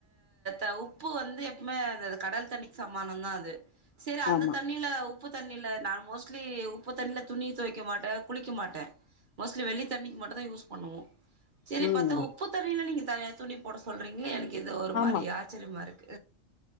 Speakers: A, on the right (about 45°); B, on the left (about 80°).
A: அ உப்பு வந்து எப்பமே கடல் தண்ணிக் சமானந்தாம் அது சேரி அந்த
B: ஆமா
A: தண்ணில உப்பு தண்ணில நா மோஸ் லி உப்பு தண்ணில துணி தொவெக்க மாட்டேன் குளிக்க மாட்டேன் மோஸ்ட்லி வெள்ளி தண்ணிக்கு மட்டுந்தான் யூஸ் பண்ணுவோம் செரி
B: ம்
A: பாத்தா உப்பு தண்ணில நீங்க தனியா துணி போட சொல்றீங்ளே இது ஒரு
B: ஆமா
A: மாரி ஆச்சர்யமாருக்